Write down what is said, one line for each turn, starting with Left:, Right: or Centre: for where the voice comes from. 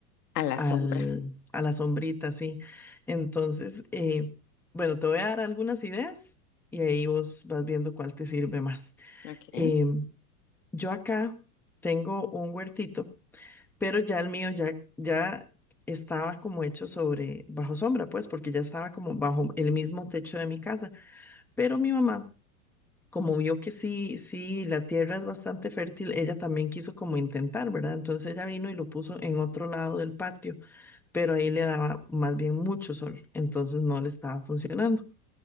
Left: a la
Centre: al,
Left: sombra.
Centre: a la sombrita, sí. Entonces, eh, bueno, te voy a dar algunas ideas y ahí vos vas viendo cuál te sirve más.
Left: Ok.
Centre: Em, Yo acá tengo un huertito, pero ya el mío ya, ya estaba como hecho sobre bajo sombra, pues, porque ya estaba como bajo el mismo techo de mi casa. Pero mi mamá, como vio que sí, sí, la tierra es bastante fértil, ella también quiso como intentar, ¿verdad? Entonces ella vino y lo puso en otro lado del patio, pero ahí le daba más bien mucho sol, entonces no le estaba funcionando.